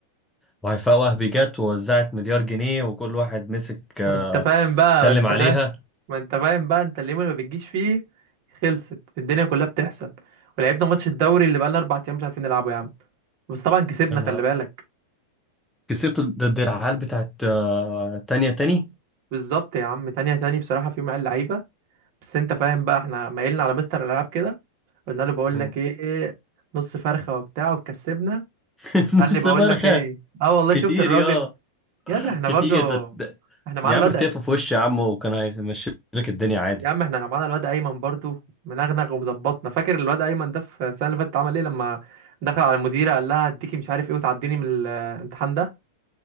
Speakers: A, in the centre; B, on the right.
A: وهيفاء وهبي جت ووزعت مليار جنيه وكل واحد مسك آه،
B: ما انت فاهم بقى
A: سلم
B: ما انت
A: عليها
B: فاهم ما انت فاهم بقى انت اليوم اللي ما بتجيش فيه خلصت الدنيا كلها بتحصل ولعبنا ماتش الدوري اللي بقالنا اربع ايام مش عارفين نلعبه يا عم بس طبعا كسبنا
A: يا نهار
B: خلي بالك
A: كسبت ضد العيال بتاعت آه، تانية تاني
B: بالظبط يا عم تانية تاني بصراحة في مع اللعيبة بس انت فاهم بقى احنا مايلنا على مستر الالعاب كده قلنا له بقول
A: مم.
B: لك ايه نص فرخه وبتاع وكسبنا
A: <laughs>
B: قال لي
A: نص
B: بقول
A: فرخة
B: لك ايه اه والله
A: كتير
B: شفت الراجل
A: يا
B: يا ده احنا
A: كتير
B: برضو
A: ده, ده...
B: احنا معانا
A: يا عم
B: الواد
A: تقف
B: أ-
A: في وشي يا عم وكان هيمشي لك الدنيا عادي
B: يا عم احنا معانا الواد ايمن برضو منغنغ ومظبطنا فاكر الواد ايمن ده في السنه اللي فاتت عمل ايه لما دخل على المديره قال لها هديكي مش عارف ايه وتعديني من الامتحان ده